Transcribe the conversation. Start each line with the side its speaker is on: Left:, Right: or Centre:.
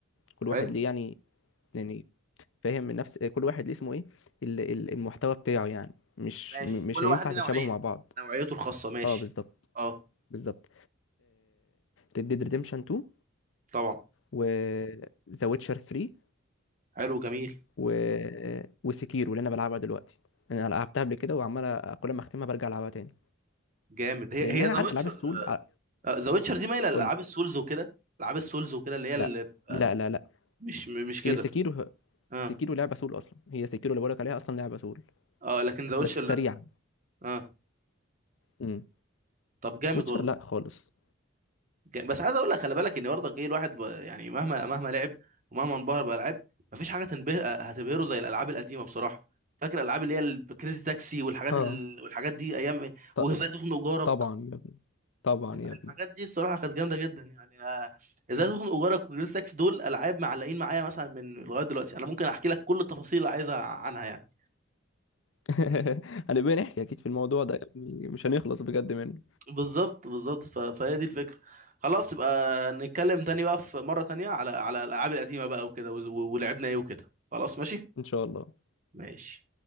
Left: كل واحد
Right: حلو
Left: ليه يعني يعني فاهم من نفس آه، كل واحد ليه اسمه ايه ال- ال- المحتوى بتاعه يعني مش
Right: ماشي
Left: م- مش
Right: كل
Left: هينفع
Right: واحد ليه
Left: تشابهوا
Right: نوعية
Left: مع بعض
Right: نوعيته الخاصة ماشي
Left: اه بالظبط
Right: اه
Left: بالظبط ريد ديد ريديمشن 2
Right: طبعا
Left: و ذا ويتشر 3
Right: حلو جميل
Left: و وسكيرو اللي انا بلعبها دلوقتي انا لعبتها قبل كده وعمال أ- كل ما اختمها برجع العبها تاني
Right: جامد هي
Left: لانها
Right: هي ذا
Left: عارف
Right: ويتشر
Left: العاب السول ع-
Right: ذا ويتشر دي مايلة لألعاب
Left: قول لي
Right: السولز وكده ألعاب السولز وكده اللي هي اللي
Left: لا
Right: بتبقى
Left: لا لا لا
Right: مش م- مش كده
Left: هي سكيرو
Right: اه
Left: سكيرو لعبه سول اصلا هي سكيرو اللي بقولك عليها اصلا لعبه سول
Right: اه لكن ذا ويتشر
Left: بس
Right: لا
Left: سريعة
Right: اه
Left: امم
Right: طب جامد
Left: ويتشر
Right: والله
Left: لا خالص
Right: جامد. بس عايز اقول لك خلي بالك ان برضك ايه الواحد ب... يعني مهما مهما لعب ومهما انبهر بالالعاب مفيش حاجه تنبه هتبهره زي الالعاب القديمه بصراحه فاكر الالعاب اللي هي الكريزي تاكسي والحاجات
Left: اه
Right: ال... والحاجات دي ايام
Left: ط-
Right: وازاي تخنق جارك
Left: طبعا يا ابني طبعا يا ابني
Right: الحاجات دي الصراحه كانت جامده جدا يعني آه، ازاي تخنق جارك وجريس تاكس دول العاب معلقين معايا مثلا من لغايه دلوقتي انا ممكن احكي لك كل التفاصيل اللي عايزها عنها يعني
Left: <laughs> هنبقى نحكي اكيد في الموضوع ده يا ابني مش هنخلص بجد منه
Right: بالظبط بالظبط ف- فهي دي الفكره خلاص يبقى نتكلم تاني بقى في مره تانية على على الالعاب القديمه بقى وكده وز- ولعبنا ايه وكده خلاص ماشي
Left: ان شاء الله
Right: ماشي